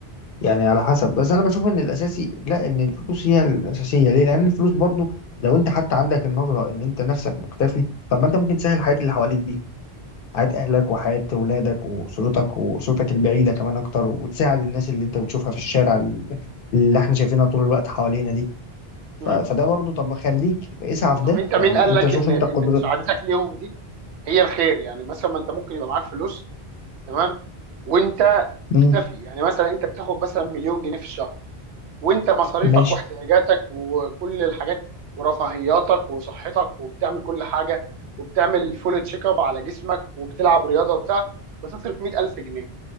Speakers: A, on the left (about 65°); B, on the right (about 85°).
A: يعني على حسب
B: مم.
A: بس أنا بشوف إن الأساسي لا إن الفلوس هي الأساسية ليه؟ لأن الفلوس برضو لو أنت حتى عندك النظرة إن أنت نفسك مكتفي طب ما أنت ممكن تسهل حياة اللي حواليك دي حياة أهلك وحياة ولادك وأسرتك وأسرتك البعيدة كمان أكتر وتساعد الناس اللي أنت بتشوفها في الشارع اللي إحنا شايفينها طول الوقت حوالينا دي ف...
B: مم.
A: فده برضو طب ما خليك اسعى في ده
B: طب انت مين
A: يعني
B: قال
A: انت
B: لك
A: شوف
B: ان
A: انت
B: ان
A: قدرتك
B: مساعدتك ليهم دي هي الخير يعني مثلا ما انت ممكن يبقى معاك فلوس تمام وانت مكتفي
A: مم.
B: يعني مثلا انت بتاخد مثلا مليون جنيه في الشهر وانت مصاريفك
A: ماشي
B: واحتياجاتك وكل الحاجات ورفاهياتك وصحتك وبتعمل كل حاجه وبتعمل فول تشيك اب على جسمك وبتلعب رياضه وبتاع بتصرف 100000 جنيه